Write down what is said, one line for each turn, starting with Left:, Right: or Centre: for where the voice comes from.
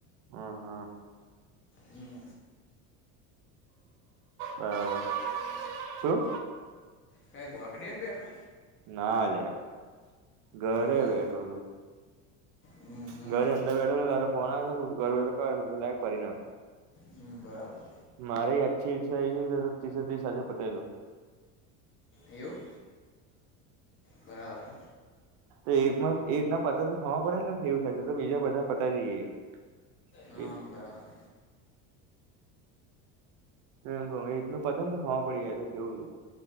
Right: અ હ
Left: હમ
Right: હા શું?
Left: કઈ બોકડે બેઠો
Right: ના લ્યા ઘરે
Left: હમ
Right: બેઠો
Left: હમ
Right: સુ
Left: હમ
Right: ઘરે અંદર બેઠો ફોન આવે છે તો મે કીધુ લાય કરી નાખું
Left: હમ બરાબર
Right: મારે આછી ઈચ્છા એવી છે કે ત્રીસે ત્રીસ આજે પતાઈ દવ
Left: એવું બરાબર
Right: તો એક્મા એક ના પતે તો ખબર પડેનેલા કેવુ થાય છે તો બીજા બધા પતાવી દઈએ
Left: હા બરાબર
Right: એમ કહ એકનુ પતે તો ખબર પડે જાય તો કેવું છે